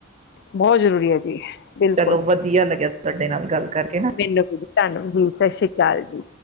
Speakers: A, on the left; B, on the right.
A: ਬਹੁਤ ਜ਼ਰੂਰੀ ਹੈ। ਜੀ ਬਿਲਕੁਲ
B: ਚਲੋ ਵਧੀਆ ਲੱਗਿਆ। ਸਾਡੇ ਨਾਲ ਗੱਲ ਕਰਕੇ ਨਾ
A: ਮੈਨੂੰ ਵੀ ਤਾਨੂੰ ਜੀ ਸਤਿ ਸ੍ਰੀ ਅਕਾਲ ਜੀ,